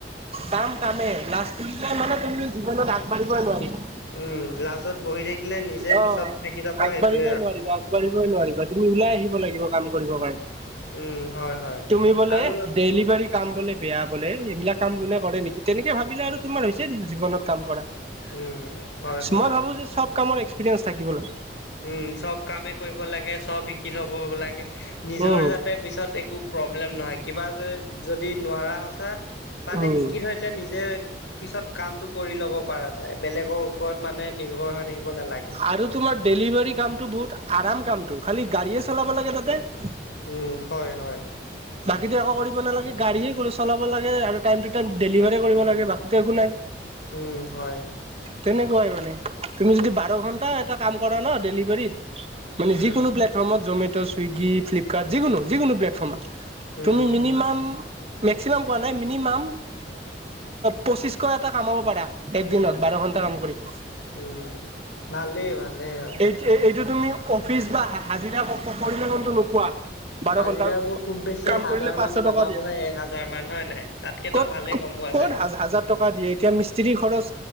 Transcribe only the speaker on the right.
কাম কামে লাজ তুলিলে মানে তুমি জীৱনত আগবাঢ়িবই নোৱাৰিবা।
অ'।
আগবাঢ়িবই
নোৱাৰিবা আগবাঢ়িবই নোৱাৰিবা তুমি ওলাই আহিব লাগিব কাম কৰিবৰ কাৰণে।
তুমি বোলে
ডেলিভাৰী। কাম বোলে বেয়া বোলে এইবিলাক কাম কোনে কৰে নেকি তেনেকে ভাবিলে আৰু তোমাৰ হৈছে জীৱনত কাম কৰা।
মই ভাবো যে চব কামৰ এক্সপিৰিয়েঞ্চ থাকিব লাগে
উম,
উম।
আৰু তোমাৰ ডেলিভাৰী কামটো বহুত আৰাম কামটো খালি গাড়ীয়েই চলাব লাগে তাতে।
বাকী একো কৰিব নালাগে গাড়ীয়ে চলাব লাগে আৰু টাইম টু টাইম ডেলিভাৰী কৰিব লাগে বাকীটো একো নাই। <inaudible>
তেনেকুৱাই মানে তুমি যদি বাৰ ঘন্টা এটা কাম কৰা ন ডেলিভাৰীত মানে
যিকোনো প্লেটফৰ্মত জমে'ট' ছুইগী ফ্লিপকাৰ্ট যিকোনো যিকোনো প্লেটফৰ্মত
তুমি মিনিমাম মেক্সিমাম কোৱা নাই মিনিমাম পঁচিশ শ এটা কামাব পাৰা এক দিনত বাৰ ঘন্টা কাম কৰি।
এই এই এইটো তুমি অফিচ বা হা হাজিৰা ক কৰিলে কিন্তু নোপোৱা বাৰ
ঘন্টা
কাম
কৰিলে পাঁচশ
টকা দিয়ে
ক'ত
ক'ত
হাজাৰ টকা দিয়ে এতিয়া মিস্ত্ৰীৰ খৰচ